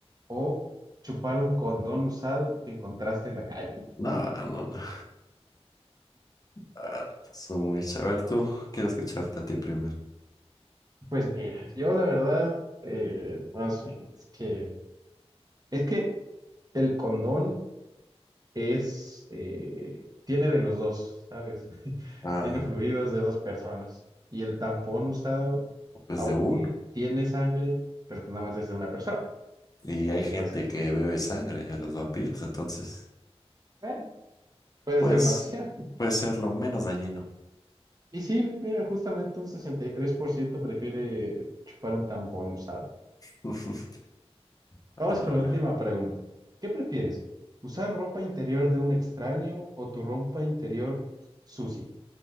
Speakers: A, on the right; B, on the left.
A: o chupar un condón usado que encontraste en la calle?
B: No, no, no. Ah, su mecha. A ver, tú quiero escucharte a ti primero.
A: Pues mira, yo la verdad, eh, no sé, es que Es que el condón es, eh, tiene de los dos, ¿sabes? <laughs>
B: Ah,
A: Tiene fluidos de dos personas. Y el tampón usado,
B: pues
A: aunque
B: de uno.
A: tiene sangre, pero pues nada más es de una persona.
B: Y hay
A: Entonces,
B: gente que
A: no sé.
B: bebe sangre de los vampiros, entonces,
A: Bueno, puede
B: pues,
A: ser una opción.
B: puede ser lo menos dañino.
A: Y sí, mira, justamente un 63% prefiere chupar un tampón usado.
B: <laughs>
A: Vamos
B: A la-
A: con la última pregunta. ¿Qué prefieres? ¿Usar ropa interior de un extraño o tu ropa interior sucia?